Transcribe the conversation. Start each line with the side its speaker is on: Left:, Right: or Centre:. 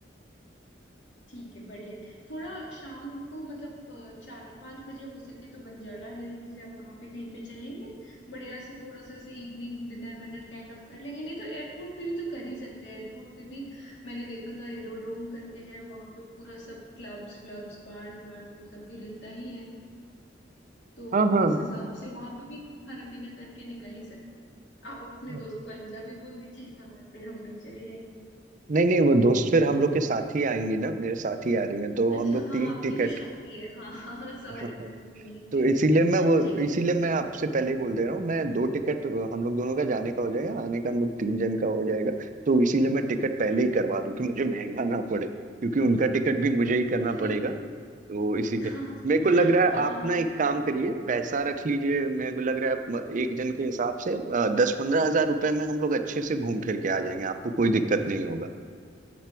Left: ठीक है बढ़िया है थोड़ा शाम को मतलब अ, चार पांच बजे हो सके तो बंजारा हिल्स या वहां पे कहीं पे चलेंगे बढ़िया से थोड़ा सा ऐसे इवनिंग डिनर विनर काइंड ऑफ कर लेंगे नहीं तो एयरपोर्ट पे भी तो कर ही सकते हैं एयरपोर्ट पे भी मैंने देखा था एरोडोम करके है वहां पे पूरा सब क्लब्स व्लब्स बार्स बार वो सब भी रहता ही है तो
Right: हाँ हाँ
Left: उस हिसाब से वहां पे भी खाना पीना करके निकल ही सकते हैं आप अपने
Right: हाँ।
Left: दोस्त को अलविदा भी बोल दीजिएगा और फिर हम लोग चले जाएंगे
Right: नहीं नहीं वो दोस्त फिर हम लोग के साथ ही आएंगी ना मेरे साथ ही आ रही हैं तो
Left: अच्छा
Right: हम लोग
Left: हाँ
Right: तीन
Left: आपकी
Right: टिकट
Left: तो शादी है हाँ हाँ सॉरी
Right: <laughs>
Left: मैं तो भूल ही गई
Right: तो इसीलिए
Left: थी
Right: मैं वो
Left: ठीक है
Right: इसीलिए मैं आपसे पहले ही बोल दे रहा हूँ मैं दो टिकट हम लोग दोनों का जाने का हो जाएगा आने का हम लोग तीन जन का हो जाएगा तो इसीलिए मैं टिकट पहले ही करवा दूं कि मुझे महंगा ना पड़े क्योंकि उनका टिकट भी मुझे ही करना
Left: ठीक
Right: पड़ेगा
Left: है
Right: तो इसीलिए
Left: हाँ
Right: मेरे को लग रहा है
Left: हाँ
Right: आप
Left: हाँ
Right: ना एक काम करिए पैसा रख लीजिए मेरे को लग रहा है आप एक जन के हिसाब से दस पंद्रह हजार रुपए में हम लोग अच्छे से घूम फिर के आ जाएंगे आपको कोई दिक्कत नहीं होगा